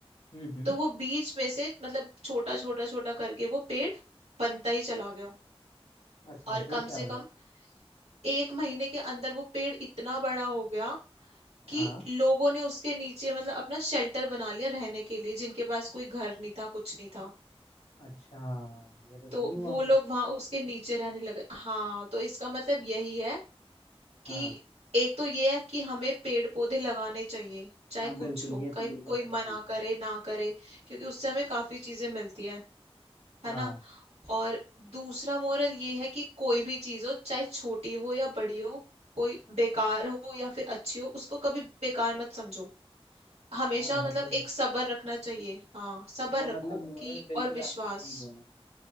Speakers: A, on the left; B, on the right.
A: हम्म हम्म
B: तो वो बीज में से मतलब छोटा छोटा छोटा करके वो पेड़ बनता ही चला गया
A: अच्छा
B: और
A: फिर
B: कम
A: क्या
B: से
A: हुआ
B: कम एक महीने के अंदर वो पेड़ इतना बड़ा हो गया कि
A: हाँ
B: लोगों ने उसके नीचे मतलब अपना शेल्टर बना लिया रहने के लिए जिनके पास कोई घर नहीं था कुछ नहीं था
A: अच्छा ये तो सही
B: तो
A: हुआ
B: वो लोग
A: फिर
B: वहां उसके नीचे रहने लगे हाँ तो इसका मतलब यही है
A: हाँ
B: कि एक तो ये है कि हमें पेड़ पौधे लगाने चाहिए चाहे
A: हाँ बिल्कुल
B: कुछ हो
A: ये
B: कहीं
A: तो बिल्कुल
B: कोई
A: सही
B: मना
A: सीख है
B: करे ना करे क्योंकि उससे हमें काफी चीजें मिलती है है
A: हाँ
B: ना और दूसरा मोरल ये है कि कोई भी चीज हो चाहे छोटी हो या बड़ी हो कोई बेकार हो या फिर अच्छी हो उसको कभी बेकार मत समझो हमेशा
A: हाँ
B: मतलब
A: मतलब
B: एक सब्र रखना चाहिए हाँ सब्र
A: हाँ मतलब
B: रखो
A: मोरल
B: कि
A: बिल्कुल
B: और विश्वास
A: आपने सही बोला